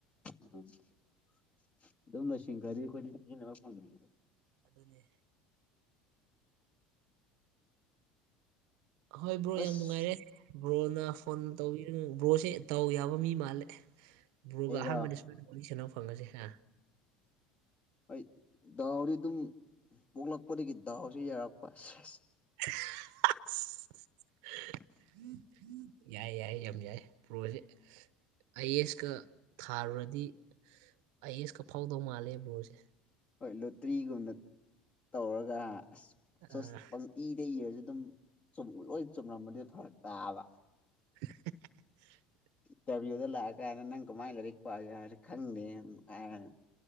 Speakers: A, on the left; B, on the right.
A: ꯎꯝ ꯑꯗꯨꯝ ꯂꯣꯏꯁꯤꯟꯈꯔꯗꯤ ꯑꯩꯈꯣꯏꯗꯤ ꯁꯤꯖꯤꯟꯅꯕ ꯐꯪꯗꯦ
B: ꯑꯗꯨꯅꯦ ꯑꯍꯣꯏ ꯕ꯭ꯔꯣ
A: ꯑꯁ
B: ꯌꯥꯝ ꯅꯨꯡꯉꯥꯏꯔꯦ ꯕ꯭ꯔꯣꯅ ꯐꯣꯟ ꯇꯧꯕꯤꯔꯅꯨ ꯕ꯭ꯔꯣꯁꯦ ꯗꯥꯎ ꯌꯥꯕ ꯃꯤ ꯃꯥꯜꯂꯦ ꯕ꯭ꯔꯣꯒ
A: ꯑꯩꯔꯣ
B: ꯑꯍꯥꯟꯕꯅꯦ ꯁꯨꯃꯥꯏꯅ ꯋꯥꯔꯤ ꯁꯥꯟꯅꯕ ꯐꯪꯕꯁꯦ ꯍꯥ
A: ꯍꯣꯏ ꯗꯥꯎꯗꯤ ꯑꯗꯨꯝ ꯄꯣꯛꯂꯛꯄꯗꯒꯤ ꯗꯥꯎꯁꯤ ꯌꯥꯔꯛꯄ ꯁꯦꯁ
B: <unintelligible> ꯌꯥꯏ ꯌꯥꯏ ꯌꯥꯝ ꯌꯥꯏ ꯄ꯭ꯔꯣꯁꯦ ꯑꯥꯏ ꯑꯦꯁꯀ ꯊꯥꯔꯨꯔꯗꯤ ꯑꯥꯏ ꯑꯦꯁꯀ ꯐꯥꯎꯗꯧ ꯃꯥꯜꯂꯦ ꯕ꯭ꯔꯣꯁꯦ꯫
A: ꯍꯣꯏ ꯂꯣꯇ꯭ꯔꯤꯒꯨꯝꯅ ꯇꯧꯔꯒ ꯍꯥ ꯑꯁ
B: ꯑ
A: ꯆꯨꯁ ꯄꯪꯏꯗ ꯏꯔꯁꯨ ꯑꯗꯨꯝ ꯆꯨꯝ ꯂꯣꯏ ꯆꯨꯝꯔꯝꯃꯗꯤ ꯐꯔꯥꯛ ꯇꯥꯕ꯫
B: <unintelligible>
A: ꯇꯥꯕꯤꯔꯒ ꯂꯥꯛꯑ ꯀꯥꯟꯗ ꯅꯪ ꯀꯃꯥꯏ ꯂꯥꯏꯔꯤꯛꯄꯒꯦ ꯍꯥꯏꯔꯗꯤ ꯈꯪꯗꯦ ꯎꯝ ꯍꯥꯏꯔꯅꯤ꯫